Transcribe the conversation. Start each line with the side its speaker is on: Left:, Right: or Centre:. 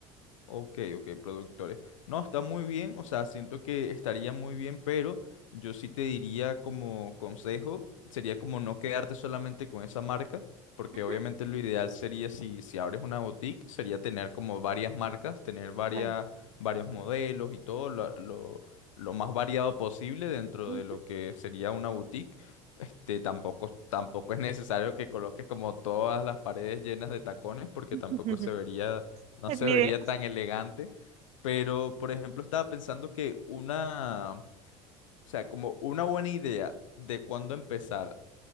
Left: Ok, ok, productores. No, está muy bien, o sea, siento que estaría muy bien, pero yo sí te diría como consejo, sería como no quedarte solamente con esa marca, porque
Right: Ujú,
Left: obviamente lo ideal sería si, si abres una boutique, sería tener como varias marcas, tener varias,
Right: Bueno,
Left: varios modelos y todo, lo, lo- lo más variado posible dentro
Right: ujú.
Left: de lo que sería una boutique. Este, tampoco, tampoco es necesario que coloques como todas las paredes llenas de tacones, porque
Right: <laughs>
Left: tampoco se vería no
Right: es
Left: se
Right: mi
Left: vería
Right: idea.
Left: tan elegante. Pero, por ejemplo, estaba pensando que una, o sea, como una buena idea de cuándo empezar